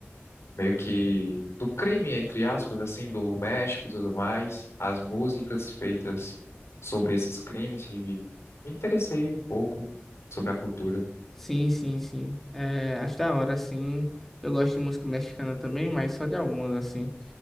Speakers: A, on the left (about 80°); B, in the centre.
A: meio que do crime, entre aspas, assim, do México e tudo mais, as músicas feitas sobre esses crimes e me interessei um pouco sobre a cultura.
B: Sim, sim, sim. É, acho da hora, assim. Eu gosto de música mexicana também, mas só de algumas, assim.